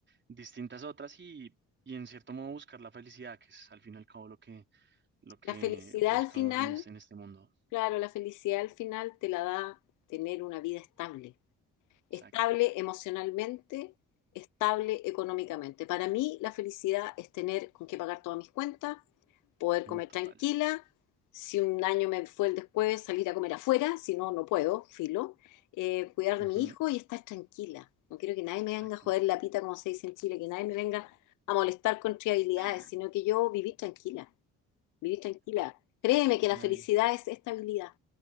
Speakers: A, on the right (about 40°); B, on the left (about 85°).
A: distintas otras y, y en cierto modo buscar la felicidad, que es al fin y al cabo lo que, lo que
B: La felicidad
A: buscamos
B: al final,
A: en este, en este mundo.
B: claro, la felicidad al final te la da tener una vida estable.
A: Exacto.
B: Estable emocionalmente, estable económicamente. Para mí, la felicidad es tener con qué pagar todas mis cuentas, poder
A: Uf,
B: comer
A: total.
B: tranquila. Si un año me fue el después, salir a comer afuera, si no, no puedo, filo. Eh, cuidar
A: Ujú,
B: de mi hijo y estar tranquila. No quiero que nadie me
A: Exacto.
B: venga a joder la pita, como se dice en Chile, que nadie me venga a molestar con triabilidades,
A: <laughs>
B: sino que yo vivir tranquila, vivir tranquila. Créeme que
A: que
B: la
A: nadie.
B: felicidad es estabilidad,